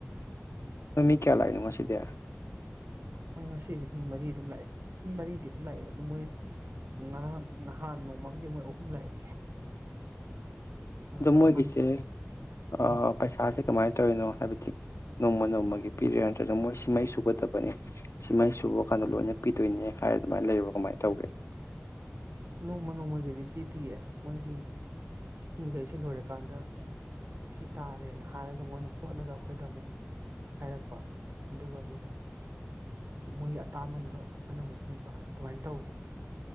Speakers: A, on the left (about 80°); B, on the right (about 65°).
A: ꯅꯣꯏ ꯃꯤ ꯀꯌꯥ ꯂꯥꯛꯏꯅꯣ ꯉꯁꯤꯗꯤ
B: ꯃꯣꯏ ꯉꯁꯤꯗꯤ ꯃꯤ ꯃꯔꯤ ꯑꯗꯨꯝ ꯂꯥꯛꯑꯦ ꯃꯤ ꯃꯔꯤꯗꯤ ꯑꯗꯨꯝ ꯂꯥꯛꯑꯦ ꯑꯗꯨ ꯃꯣꯏ ꯉꯔꯥꯡ ꯅꯍꯥꯟ ꯅꯣꯡꯃꯝꯗꯤ ꯃꯣꯏ ꯑꯍꯨꯝ ꯂꯥꯛꯑꯦ
A: ꯑꯗꯣ
B: ꯃꯁꯥ
A: ꯃꯣꯏꯒꯤꯁꯦ ꯑꯥ
B: ꯎꯝ
A: ꯄꯩꯁꯥꯁꯦ ꯀꯃꯥꯏ ꯇꯧꯔꯤꯅꯣ ꯍꯥꯏꯕꯗꯤ ꯅꯣꯡꯃ ꯅꯣꯡꯃꯒꯤ ꯄꯤꯔꯤꯔ ꯅꯠꯇ꯭ꯔꯒꯅ ꯃꯣꯏ ꯁꯤꯃꯩ ꯁꯨꯒꯗꯕꯅꯤ ꯁꯤꯃꯩ ꯁꯨꯕ ꯀꯥꯟꯗ ꯂꯣꯏꯅ ꯄꯤꯗꯣꯏꯅꯦ ꯍꯥꯏꯔ ꯑꯗꯨꯃꯥꯏ ꯂꯩꯔ ꯀꯃꯥꯏ ꯇꯧꯒꯦ
B: ꯅꯣꯡꯃ ꯅꯣꯡꯃꯒꯤꯗꯤ ꯄꯤꯗꯌꯦ ꯃꯣꯏꯒꯤ ꯁꯤꯒꯩꯁꯤ ꯂꯣꯏꯔꯀꯥꯟꯗ ꯁꯤ ꯇꯥꯔꯦꯅ ꯍꯥꯏꯔꯒ ꯃꯣꯏꯅ ꯍꯣꯠꯂꯒ ꯑꯩꯈꯣꯏꯗ ꯑꯃꯨꯛ ꯍꯥꯏꯔꯛꯄ ꯑꯗꯨꯒ ꯑꯃꯨꯛ ꯃꯣꯏꯒꯤ ꯑꯇꯥꯃꯟꯗꯣ ꯑꯩꯈꯣꯏꯅ ꯑꯃꯨꯛ ꯄꯤꯕ ꯑꯗꯨꯃꯥꯏꯟ ꯇꯧꯋꯦ